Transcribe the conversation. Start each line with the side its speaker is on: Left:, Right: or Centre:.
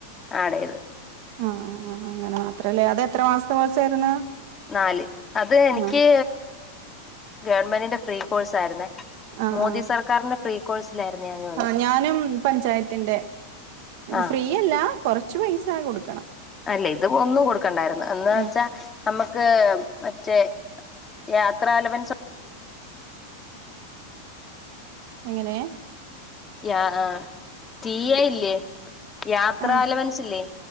Left: ആടേത്
Right: ആഹ് ആഹ് അങ്ങനെ മാത്രല്ലേ അതത്രെ മാസ്ത്തെ കോഴ്സായിരുന്നു
Left: നാല് അത് എനിക്ക്
Right: ആഹ്
Left: ഗവൺമെന്റിന്റെ ഫ്രീ കോഴ്സ് ആയിരുന്നേ
Right: ആഹ്
Left: മോദി
Right: ആഹ്
Left: സർക്കാരിന്റെ പ്രീ കോഴ്സിലായിര്ന്നോ
Right: ആഹ് ഞാനും പഞ്ചായത്തിന്റെ
Left: ആഹ്
Right: ഫ്രീയല്ല കൊറച്ച് പൈസ കൊടുക്കണം.
Left: അല്ലേ ഇത് ഒന്നും കൊടുക്കണ്ടായിരുന്നു. അന്ന് വെച്ചാ
Right: ആഹ്
Left: നമ്മക്ക് മറ്റേ യാത്രലവൻസ്
Right: എങ്ങിനെ
Left: ആഹ് ടീ എ ഇല്ലേ യാത്ര
Right: ആഹ്
Left: അലവൻസ് ല്ലേ